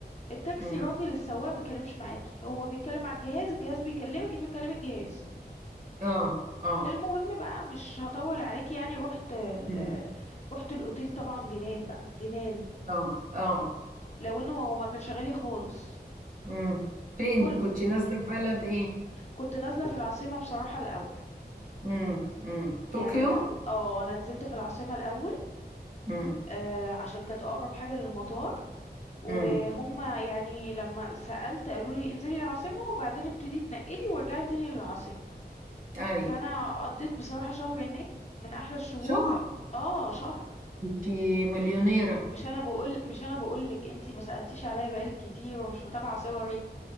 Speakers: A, on the left; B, on the right.
A: التاكسي
B: امم
A: راجل السواق ما بيتكلمش معاكي هو بيتكلم على الجهاز الجهاز بيكلمك انت بتكلمي الجهاز
B: اه اه
A: المهم بقى مش هطول عليك يعني رحت ال...
B: امم
A: رحت الاوتيل طبعا جنان بقى جنان
B: اه اه
A: لو انه ما هو ما كانش غالي خالص
B: امم فين
A: كل
B: كنت نازلة في بلد ايه
A: كنت نازله في العاصمه بصراحه الاول
B: امم امم طوكيو
A: يعني انا اه انا نزلت في العاصمه الاول
B: امم
A: آه عشان كانت اقرب حاجه للمطار وهم
B: امم
A: يعني لما سألت قالوا لي انزلي العاصمه وبعدين ابتدي تنقلي ورجعي تاني للعاصمه
B: اي
A: فانا قضيت بصراحه شهر هناك من احلى الشهور
B: شهر
A: اه شهر
B: انت مليونيرة
A: مش انا بقول مش انا بقول لك انتي ما سالتيش عليا بقالك كتير ومش متابعه صوري